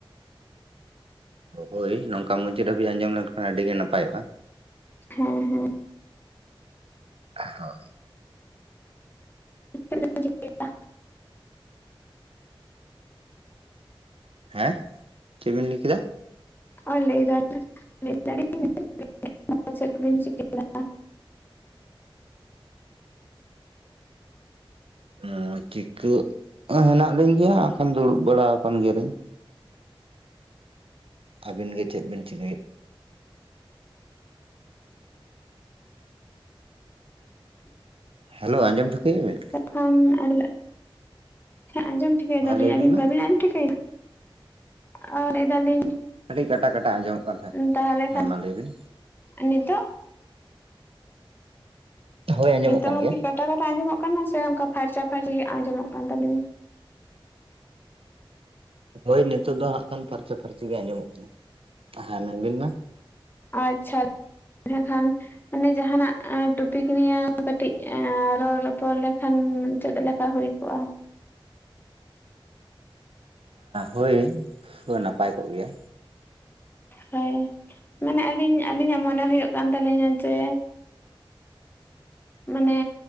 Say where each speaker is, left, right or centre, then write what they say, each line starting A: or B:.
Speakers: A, on the right; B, on the left.
A: ᱦᱳᱭ ᱱᱚᱝᱠᱟ ᱢᱩᱪᱟᱫᱽ ᱦᱟᱹᱵᱤᱡ ᱟᱸᱡᱚᱢ ᱞᱮᱱᱠᱷᱟᱱ ᱟᱹᱰᱤ ᱜᱮ ᱱᱟᱯᱟᱭᱚᱜᱼᱟ᱾
B: ᱦᱮᱸ ᱦᱮᱸ
A: ᱦᱳᱭ
B: <unintelligible>
A: ᱦᱮᱸ ᱪᱮᱫ ᱵᱤᱱ ᱞᱟᱹᱭ ᱠᱮᱫᱟ?
B: ᱚ ᱞᱟᱹᱭ ᱫᱟᱞᱤᱧ <unintelligible> ᱪᱮᱫ ᱵᱤᱱ ᱪᱤᱠᱟᱹᱭ ᱮᱫᱟ?
A: ᱚ ᱪᱤᱠᱟᱹᱜ ᱦᱮᱱᱟᱜ ᱞᱤᱧ ᱜᱮᱭᱟ ᱟᱠᱷᱟᱱ ᱫᱩᱲᱩᱵ ᱵᱟᱲᱟ ᱟᱠᱟᱱ ᱜᱮᱭᱟᱞᱤᱧ᱾ ᱟᱵᱤᱱ ᱜᱮ ᱪᱮᱫ ᱵᱤᱱ ᱪᱤᱠᱟᱹᱭᱮᱫ? ᱦᱮᱞᱳ ᱟᱸᱡᱚᱢ ᱴᱷᱤᱠᱟᱹ ᱮᱫᱟ ᱵᱮᱱ?
B: ᱛᱚᱠᱷᱟᱱ <unintelligible> ᱟᱸᱡᱚᱢ ᱴᱷᱤᱠᱟᱹᱭ
A: ᱦᱮᱸ
B: ᱫᱟᱞᱤᱧ
A: ᱞᱟᱹᱭ ᱵᱤᱱ
B: ᱟᱹᱵᱤᱱ
A: ᱢᱟ
B: ᱵᱟᱹᱵᱤᱱ ᱟᱡᱡᱚᱢ ᱴᱷᱤᱠᱟᱹᱭᱟ? ᱚ ᱞᱟᱹᱭ ᱫᱟᱞᱤᱧ
A: ᱟᱰᱤ ᱠᱟᱴᱟ ᱠᱟᱴᱟ ᱟᱸᱡᱚᱢᱚᱜ ᱠᱟᱱ᱾ ᱛᱟᱦᱮᱸᱫ
B: ᱛᱟᱦᱚᱞᱮ
A: ᱦᱮᱸ
B: ᱠᱷᱟᱱ
A: ᱢᱟ ᱞᱟᱹᱭ ᱵᱤᱱ
B: ᱱᱤᱛᱚᱜ?
A: ᱦᱳᱭ ᱟᱸᱡᱚᱢᱚᱜ
B: ᱱᱤᱛᱚᱜ
A: ᱠᱟᱱ
B: ᱦᱚᱸ
A: ᱜᱮᱭᱟ
B: ᱠᱤ ᱠᱟᱴᱟ ᱠᱟᱴᱟ ᱟᱸᱡᱚᱢᱚᱜ ᱠᱟᱱᱟ ᱥᱮ ᱚᱱᱠᱟ ᱯᱷᱟᱨᱪᱟ ᱯᱷᱟᱨᱪᱤ ᱟᱸᱡᱚᱢᱚᱜ ᱠᱟᱱ ᱛᱟᱹᱞᱤᱧᱟ?
A: ᱦᱳᱭ ᱱᱤᱛᱚᱜ ᱫᱚ ᱱᱟᱜ ᱠᱷᱟᱱ ᱯᱷᱟᱨᱪᱟ ᱯᱷᱟᱨᱪᱤ ᱜᱮ ᱟᱸᱡᱚᱢᱚᱜ ᱠᱟᱱᱟ᱾ ᱦᱮᱸ ᱢᱮᱱᱵᱤᱱ ᱢᱟ?
B: ᱟᱪᱪᱷᱟ ᱮᱱᱮ ᱠᱷᱟᱱ ᱢᱟᱱᱮ ᱡᱟᱦᱱᱟᱜ ᱴᱩᱚᱯᱤᱠ ᱱᱤᱭᱮ ᱠᱟᱹᱴᱤᱡ ᱨᱚᱲ ᱨᱚᱯᱚᱲ ᱞᱮᱠᱷᱟᱱ ᱪᱮᱫ ᱞᱮᱠᱟ ᱦᱩᱭ ᱠᱚᱜᱼᱟ?
A: ᱦᱳᱭ ᱱᱟᱯᱟᱭ ᱠᱚᱜ ᱜᱮᱭᱟ᱾
B: ᱦᱳᱭ ᱢᱟᱱᱮ ᱟᱹᱞᱤᱧ ᱟᱹᱞᱤᱧᱟᱜ ᱢᱚᱱᱮ ᱦᱩᱭᱩᱜ ᱠᱟᱱ ᱛᱟᱹᱞᱤᱧᱟ ᱡᱮ ᱢᱟᱱᱮ